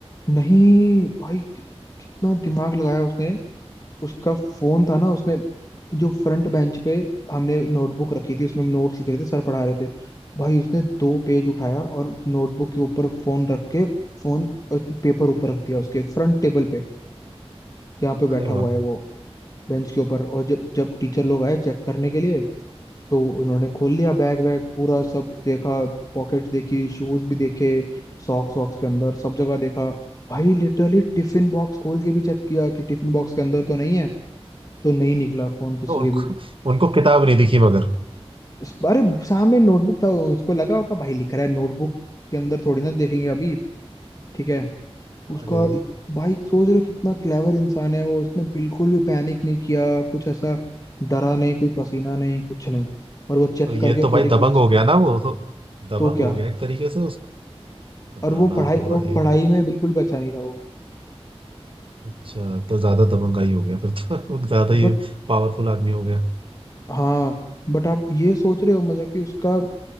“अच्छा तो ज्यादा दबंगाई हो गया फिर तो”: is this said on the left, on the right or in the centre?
Right